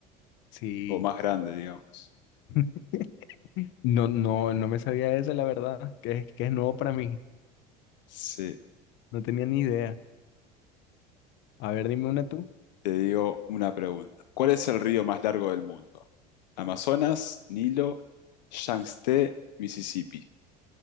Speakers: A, on the left (about 65°); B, on the left (about 85°).
A: Sí.
B: o más grande, digamos.
A: <laughs> No, no, no me sabía eso, la verdad, que es, que es nuevo para mí.
B: Sí,
A: No tenía ni idea. A ver, dime una tú.
B: te digo una pregunta. ¿Cuál es el río más largo del mundo? Amazonas, Nilo, Yangtze, Mississippi.